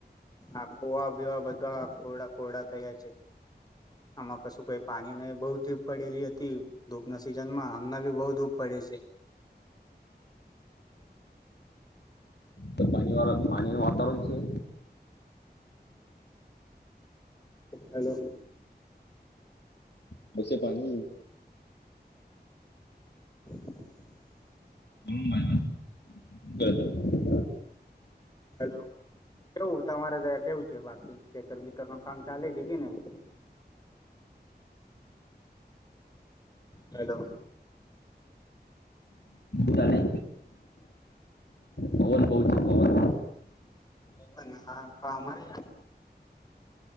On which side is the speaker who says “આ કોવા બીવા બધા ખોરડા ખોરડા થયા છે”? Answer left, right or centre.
Left